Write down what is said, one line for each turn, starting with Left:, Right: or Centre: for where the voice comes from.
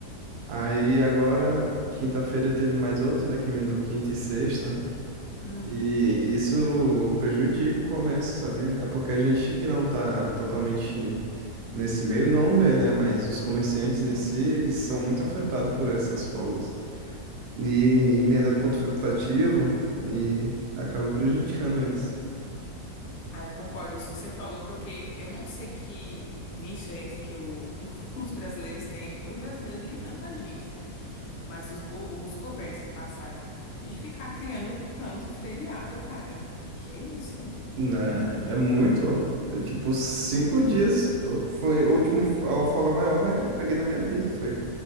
Right: Aí agora, quinta-feira, teve mais outro, né? Que emendou quinta e sexta.
Left: uhum,
Right: E isso prejudica o comércio, sabia? É porque a gente que não tá totalmente nesse meio não vê, né? Mas os comerciantes em
Left: uhum.
Right: si, eles são muito afetados por essas folgas. E emenda ponto facultativo e acaba prejudicando eles.
Left: Ah, eu concordo isso que você falou, porque eu não sei que vício é esse que o- <laughs> os brasileiros têm. Os brasileiros, nem tanta gente, né? Mas os, go- os governos que passaram de ficar criando tanto feriado, cara. O que é isso, hein?
Right: Né? É muito. Eu, tipo, cinco dias eu- foi o último f- a folga maior, né, que eu peguei na minha vida. Foi